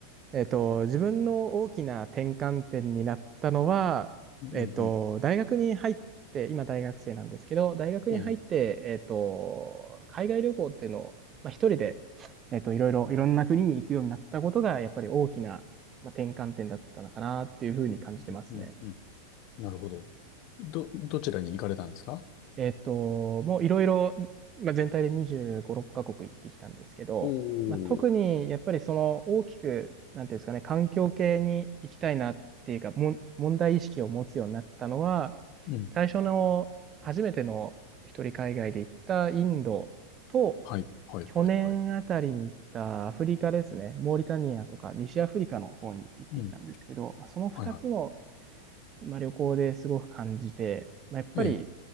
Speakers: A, on the right; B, on the left.
A: えっと、自分の大きな転換点になったのは、
B: うんうんうん。
A: えっと、大学に入って、今大学生なんですけど、大学に入って、
B: ええ。
A: えっと、海外旅行っていうのを、まあ、一人で、えっと、いろいろ、いろんな国に行くようになったことが、やっぱり大きな、まあ、転換点だったのかなっていうふうに感じてますね。
B: うんうんうんうん。なるほど。ど、どちらに行かれたんですか
A: えっと、もういろいろ、まあ、全体で25、6カ国行ってきたんですけど、
B: お
A: まあ、特にやっぱりその大きく、
B: おー。
A: なんていうんですかね、環境系に行きたいなっていうか、もん、問題意識を持つようになったのは、
B: うん
A: 最初の初めての一人海外で行ったインドと、
B: はい、はい、
A: 去年あたりに行ったアフリカですね、
B: はい、はい。
A: モーリタニアとか西アフリカの方に行ってきたんですけど、
B: うん、
A: まあその2つの
B: はい、はい。
A: まあ、旅行ですごく感じて、まあ、やっぱり、
B: ええ、